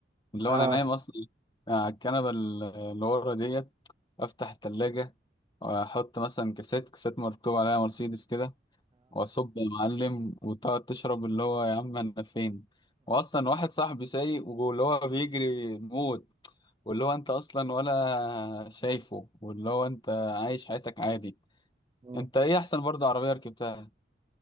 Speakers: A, on the left (about 25°); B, on the right (about 25°).
A: اللي
B: اه
A: هو انا نايم اصلا على الكنبه ال- اللي ورا ديت افتح التلاجة واحط مثلا كاسات كاسات مكتوب عليها مرسيدس كده واصب يا معلم وتقعد تشرب اللي هو يا عم انا فين واصلا واحد صاحبي سايق واللي هو بيجري موت واللي هو انت اصلا ولا شايفه واللي هو انت عايش حياتك عادي
B: اه
A: انت
B: <laughs>
A: ايه احسن برضه عربيه ركبتها